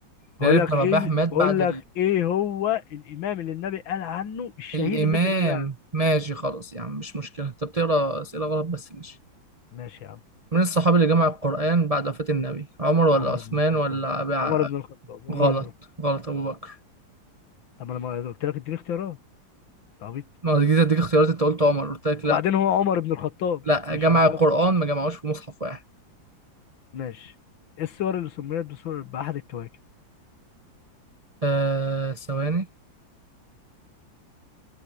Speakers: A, on the right; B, on the left.
A: بلال
B: بقول لك
A: بن
B: ايه
A: رباح
B: ال-
A: مات
B: بقول
A: بعد
B: لك ايه هو الامام اللي النبي قال عنه الشهيد
A: الإمام
B: الذي لا يضيع عمله
A: ماشي خلاص يا عم مش مشكلة أنت بتقرأ أسئلة غلط بس ماشي
B: ماشي يا عم
A: من الصحابي اللي جمع القرآن بعد وفاة النبي عمر ولا
B: عمر
A: عثمان
B: بن الخطاب
A: ولا أبي ع...
B: عمر بن الخطاب عمر
A: غلط
B: بن الخطاب
A: غلط أبو بكر
B: طب انا ما قلت لك اديني اختيارات انت عبيط
A: ما هو جيت أديك اختيارات أنت قلت عمر قلت لك
B: وبعدين
A: لأ
B: هو عمر بن الخطاب
A: لأ
B: مش
A: جمع
B: ابو
A: القرآن
B: بكر
A: ما جمعوش في مصحف واحد
B: ماشي ايه السور اللي سميت بسور بأحد الكواكب
A: آه ثواني